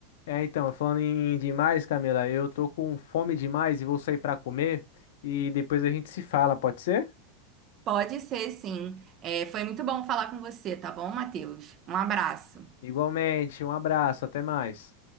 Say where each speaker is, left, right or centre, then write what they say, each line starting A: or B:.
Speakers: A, on the left; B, on the right.
A: É, então, falando em demais, Camila, eu tô com fome demais e vou sair pra comer e depois a gente se fala, pode ser?
B: Pode ser, sim. É, foi muito bom falar com você, tá bom, Matheus? Um abraço.
A: Igualmente, um abraço, até mais.